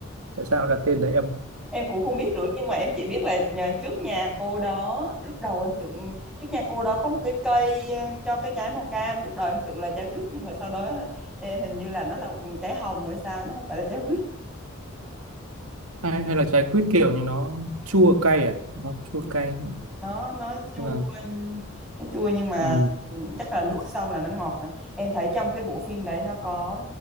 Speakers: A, on the right; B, in the centre.
A: tại sao đặt tên đấy em
B: Em cũng không biết nữa nhưng mà em chỉ biết là nhà, trước nhà cô đó lúc đầu em tưởng trước nhà cô đó có một cái cây ờ, cho cái trái màu cam lúc đầu em tưởng là trái quýt nhưng mà sau đó ờ, hình như là nó là trái hồng hay sao nó không phải là trái quýt
A: hay, hay là trái quýt kiểu như nó chua cay à nó
B: Ừ.
A: chua cay không
B: nó nó chua
A: Tức là
B: nó chua nhưng mà
A: ừ
B: ừ, chắc là nuốt xong là nó ngọt nè em thấy trong cái bộ phim đấy nó có